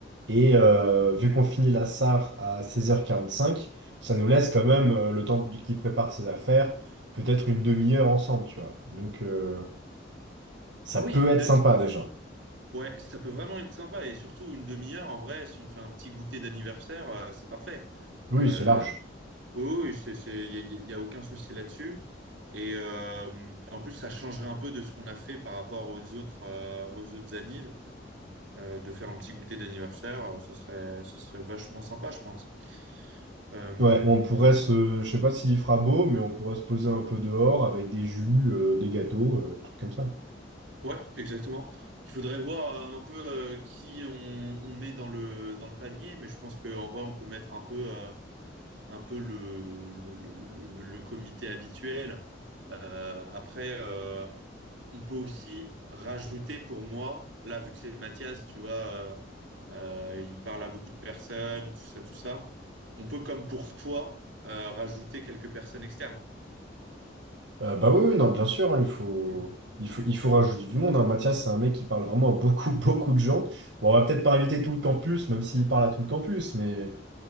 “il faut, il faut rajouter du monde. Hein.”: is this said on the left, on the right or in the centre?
Right